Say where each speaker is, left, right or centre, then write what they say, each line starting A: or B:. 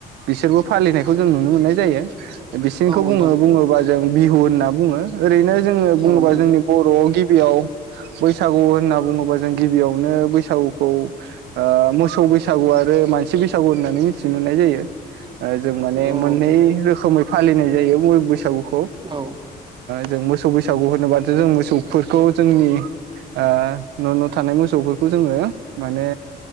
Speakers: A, on the right; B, on the right.
A: बिसोरबो फालिनायखौ जों नुनो मोननाय जायो। बिसिनिखौ
B: औ नोंथां
A: बुङो बुङोबा जों बिहु होनना बुङो ओरैनो जोङो बुङोबा
B: औ नोंथां
A: जोंनि बर' गिब बियाव बैसागु होनना बुङोबा जों गिबियावनो बैसागुखौ मोसौ ओ बैसागु आ ओ मानसि बैसागु होननानै मिथिनो मोननाय जायो ओ जों माने
B: औ
A: मोननै रोखोमै फालिनाय जायो <unintelligible> बैसागु।
B: औ
A: जों मोसौ बैसागु होनोबाथो जों मोसौफोरखौ जोंनि ओ न' न' थानाय मोसौफोरखौ जोङो माने